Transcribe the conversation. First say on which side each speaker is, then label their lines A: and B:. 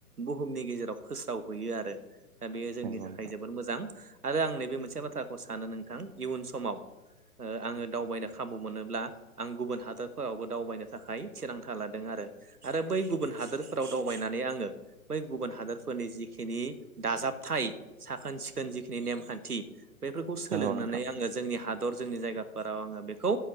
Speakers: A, on the right (about 85°); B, on the right (about 45°).
A: बुहुमनि गेजेराव फोस्रावहैयो आरो। दा बेयो जोंनि
B: नंगौ
A: थाखाय
B: नोंथां
A: जोबोद मोजां। आरो आं नैबे मोनसे बाथ्राखौ सानो नोंथां इयुन समाव ओ आंङो दावबायनो खाब मोनोब्ला आं गुबुन हादरफोरावबो दावबायनो थाखाय थिरांथा लादों आरो। आरो बै गुबुन हादोरफोराव दावबायनानै आंङो बै गुबुन हादोरफोरनि जिखिनि दाजाबथाय साखोन सिखोन जिखिनि नेमखान्थि बेफोरखौ सोलोंनानै
B: नंगौ नोंथां
A: आंङो जोंनि हा दर जोंनि जायगाफोराव आंङो बेखौ